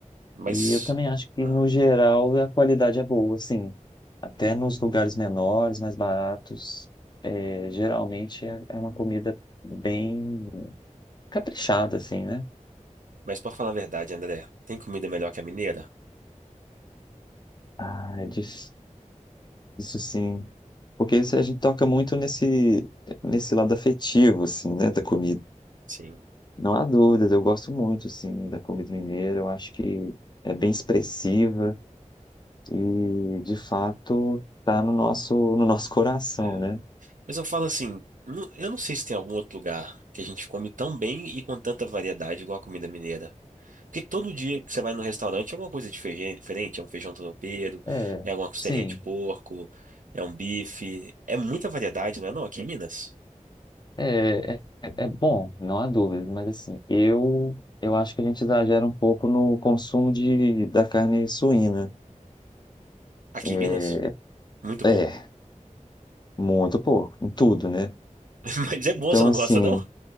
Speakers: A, on the right; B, on the left.
A: Mas,
B: E eu também acho que,
A: ah,
B: no geral, a qualidade é boa, assim. Até nos lugares menores, mais baratos, é, geralmente é, é uma comida bem caprichada, assim, né?
A: mas pra falar a verdade, André, tem comida melhor que a mineira?
B: Ah, é difícil, sim. Porque se a gente toca muito nesse, nesse lado afetivo, assim, né, da comida.
A: Sim.
B: Não há dúvidas, eu gosto muito, assim, da comida mineira. Eu acho que é bem expressiva e, de fato, tá no nosso, no nosso coração,
A: É.
B: né?
A: Mas eu falo assim, não- eu não sei se tem algum outro lugar que a gente come tão bem e com tanta variedade igual a comida mineira. Porque todo dia que você vai no restaurante é alguma coisa dife- diferente, é um feijão tropeiro,
B: É,
A: é alguma costelinha
B: sim.
A: de porco, é um bife, é muita variedade, não é não? Aqui em Minas.
B: É, é, é bom, não há dúvida, mas assim, eu, eu acho que a gente exagera um pouco no consumo de, da carne suína.
A: Aqui
B: É,
A: em Minas, muito
B: é,
A: porco.
B: muito pouco, em tudo, né?
A: <laughs> Mas é bom,
B: Então,
A: você não
B: assim,
A: gosta não?